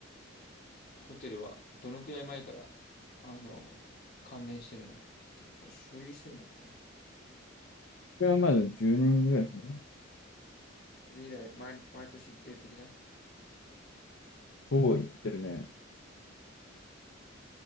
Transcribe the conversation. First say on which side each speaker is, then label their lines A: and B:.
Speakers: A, on the left; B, on the left.
A: ホテルはどのくらい前から、あの、関連してるのてか、こう、所有してんだっけ
B: れはまだ10年ぐらいかな、
A: それ以来、毎、毎年行ってる的な
B: ほぼ行ってるね。